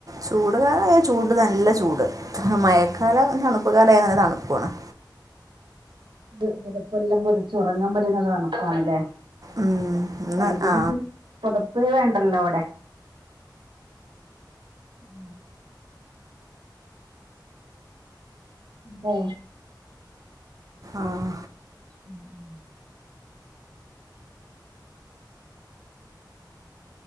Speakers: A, on the right (about 50°); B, on the right (about 80°).
A: ചൂട് കാല അയ ചൂട് നല്ല ചൂട് മഴക്കാല
B: ഉം.
A: റായനല്ല തണുപ്പു വേണം
B: ത് പെതപ്പെല്ലാം പൊതച്ചു ഉറങ്ങാൻ പറ്റണ തണുപ്പാണല്ലേ
A: ഉം, ഇന്ന്
B: അല്ലെങ്കിൽ
A: ആ
B: നക്ക് പുതപ്പേ വേണ്ടല്ലോ അവിടെ ഉഹ മ്
A: ആഹ്
B: ഉം ഉ